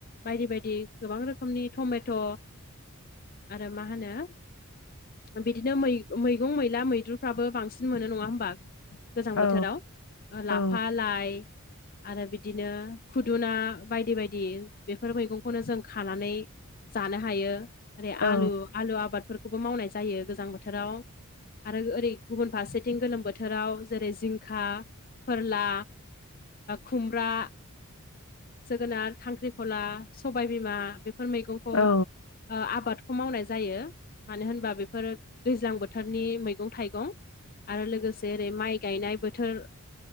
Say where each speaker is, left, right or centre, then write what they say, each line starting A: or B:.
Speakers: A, on the left; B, on the left.
A: बायदि बायदि गोबां रोखोमनि टमेट' आरो मा होनो बिदिनो मैगं मैला मैद्रुफ्राबो बांसिन मोनो नङा होमबा? गोजां
B: औ
A: बोथोराव। ओ लाफा
B: औ
A: लाइ आरो बिदिनो खुदुना बायदि बायदि बेफोर मैगंखौनो जों खानानै जानो हायो ओरै
B: औ
A: आलु आलु आबादफोरखौबो मावनाय जायो गोजां बोथोराव। आरो ओरै गुबुन फारसेथिं गोलोम बोथोराव जेरै जिंखा फोरला खुमब्रा, जोगोनार, खांख्रिखला, सबायबिमा बेफोर मैगं
B: औ
A: ओ आबादखौ मावनाय जायो। मानो होनबा बेफोरो दैज्लां बोथोरनि मैगं थाइगं। आरो लोगोसे ओरै माइ गायनाय बोथोर